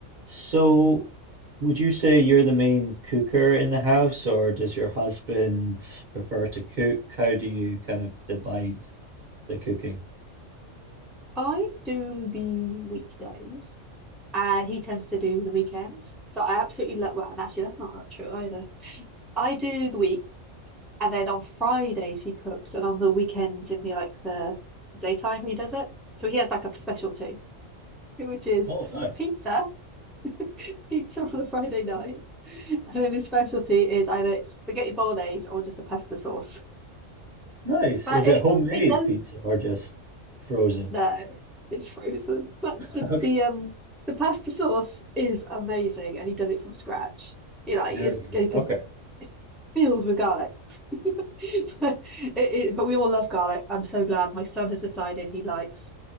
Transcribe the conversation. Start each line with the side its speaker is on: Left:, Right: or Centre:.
Right: So, would you say you're the main cooker in the house, or does your husband prefer to cook? How do you kind of divide the cooking?
Centre: I do the weekdays and he tends to do the weekends. So I absolutely love, well, and actually that's not true either. I do the week and then on Fridays he cooks and on the weekends in the like the daytime he does it. So he has like a specialty, which is
Right: Oh, nice.
Centre: pizza, <laughs> pizza on a Friday night. And then his specialty is either spaghetti bolognese or just a pasta sauce.
Right: Nice.
Centre: But
Right: Is
Centre: it
Right: it homemade
Centre: it does
Right: pizza or just frozen?
Centre: No, it's frozen. But
Right: <laughs>
Centre: the
Right: Okay,
Centre: the um the pasta sauce is amazing, and he does it from scratch. You know, like,
Right: there
Centre: it's
Right: we go.
Centre: because
Right: Okay.
Centre: it's filled with garlic. <laughs> It, it, but we all love garlic. I'm so glad my son has decided he likes